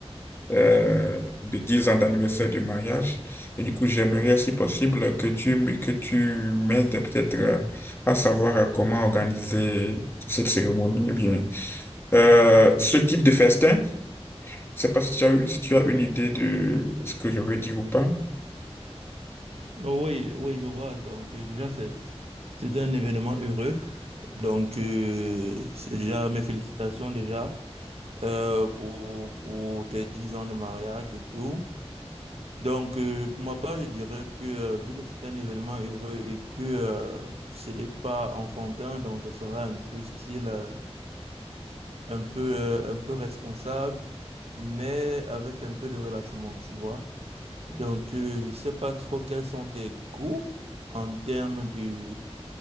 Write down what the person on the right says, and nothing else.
Oui, oui, je vois. Donc, euh, déjà, c'est, c'est un événement heureux. Donc, euh, c'est déjà mes félicitations déjà euh, pour, pour tes 10 ans de mariage et tout. Donc, euh, pour ma part, je dirais que euh, vu que c'est un événement heureux et que euh, ce n'est pas enfantin, donc ça sera un peu style, euh, un peu, euh, un peu responsable, mais avec un peu de relâchement, tu vois. Donc, euh, je sais pas trop quels sont tes goûts en termes de